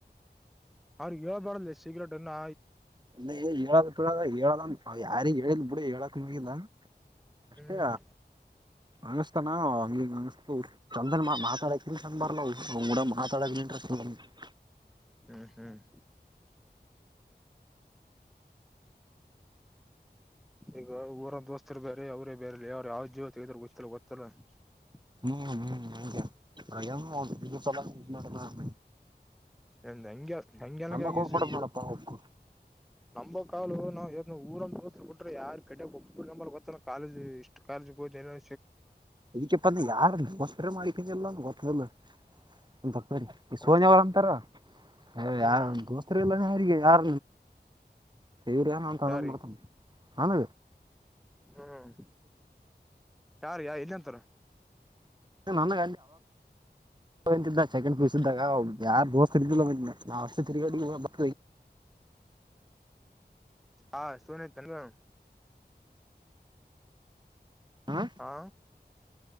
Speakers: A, in the centre; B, on the right.
A: ಅವ್ರಿಗೆ ಹೇಳೇಳ್ಬಾರ್ದೇ ಸಿಗ್ರೆಟ್ನ್ನು
B: ಅಲ್ಲ ಹೇಳ ಬಿ ಹೇಳದ ಯಾರಿಗ ಹೇಳಿದ ಬಿಡಿ ಹೇಳಕ್ ಹಗಿಲ್ಲ ಅಷ್ಟೇ
A: ಹ್ಮ್
B: ಅಂಗಿಸ್ತಾನ ಹಂಗಿ ಅಂಗತ ಚಂದನ್ ಮಾ ಮಾತಾಡಕ ಚಂದ ಬಾರಲ ಅವ್ ಕೂಡ ಮಾತಾಡದ್ರಿ <inaudible>
A: ಹ್ಮ್ ಹ್ಮ್ ಈಗ ಊರಂದ ದೋಸ್ತರು ಬೇರೆ ಅವರೇ ಬೇರೆಲ್ಲ ಯ್ರ ಯಾವ ಗೊತ್ತಲ್ಲ ಗೊತ್ತಲ್ಲ <unintelligible>
B: ಹ್ಮ್ ಹ್ಮ್ ಹಾಗ ಮಾಡ <unintelligible>
A: ಎ ಹಂಗಗೆ ಹಂಗಗೆನಗಗಿಸಿ
B: ನಮ್ಮಕ್ ಹೋಗ್ಬಡದ್
A: ಹೂ
B: ನೋಡಪ್ಪಾ ಒಬ್ಬ
A: ನಂಬೋ ಕಾಲು ನಾವ್ ಊರಂತ ಬಿಟ್ರ ಯಾರ್ ಕಡೆ ಒಬ್ಬು ನಂಬರ್ ಗೊತ್ತ ಕಾಲಜ್ ಇಷ್ಟು ಕಾಲೇಜ್ ಹೋನ
B: ಇದಕ್ಕೆಪ್ಪಂದ ಯಾರಸ್ ಮಾಡಿಕನ ಎಲ್ಲ ಗೊತ್ತಲ್ಲ ಒ ಸರಿ ಈ ಸೋನಿಯ
A: ಒಬ್ಬ
B: ಅವರ ಅಂತಾರ ಹ
A: ಹ್ಮ್
B: ಯಾರ ದೋಸ್ತರುಲ್ಲಾನ ಯಾರಿಗೆ ಯಾರ ಇವ್ರ ನ ತಂದ
A: ಯಾರಿ
B: ಮಾಡ್ತ ನನ್
A: ಹ್ಮ್ ಯಾರ ಯ ಎಲ್ಲಿ ಅಂತಾರ
B: ನ ಗಂಗೆಂಡ್ ಪ ಯಾರ ದೋಸಲ್ಲ ನಾ ವರ್ಷ ತಿಗ ಬ
A: ಹಾ ಸುನ ನ್
B: ಹ
A: ಹಾ